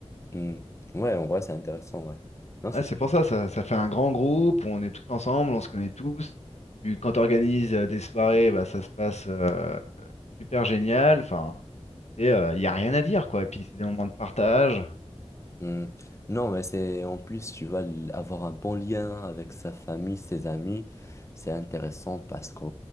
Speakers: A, on the left; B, on the left.
A: Hmm. Ouais, en vrai, c'est intéressant, ouais. Non, c'est
B: Ouais, c'est
A: sûr.
B: pour ça, ça, ça fait un grand groupe, on est tous ensemble, on se connaît tous. Tu- quand tu organises des soirées, bah, ça se passe euh, super génial. Enfin, il n'y a rien à dire, quoi. Et puis, c'est des moments de partage.
A: Hmm. Non, mais c'est en plus, tu vas l- avoir un bon lien avec sa famille, ses amis. C'est intéressant parce que,